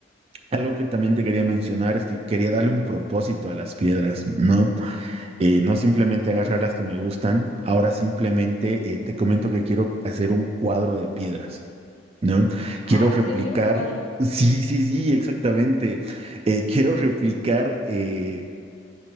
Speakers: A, on the right; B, on the left.
A: Algo que también te quería mencionar es que quería darle un propósito a las piedras, ¿no? Eh, no simplemente agarrar las que me gustan, ahora simplemente eh, te comento que quiero hacer un cuadro de piedras, ¿no?
B: Ah,
A: Quiero replicar,
B: ¿en serio? ¿Un cuadro?
A: sí, sí, sí, exactamente. Eh, quiero replicar eh,